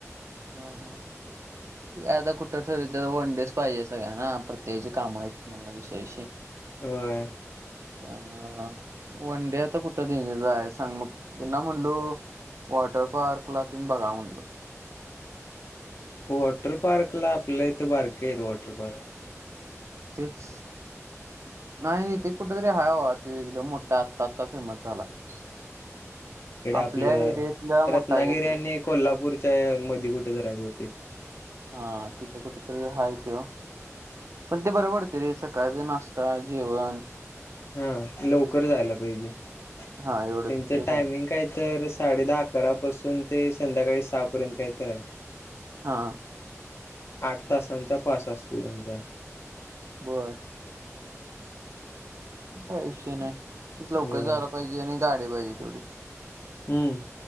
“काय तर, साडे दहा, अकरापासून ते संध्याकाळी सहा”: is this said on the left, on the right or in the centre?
Left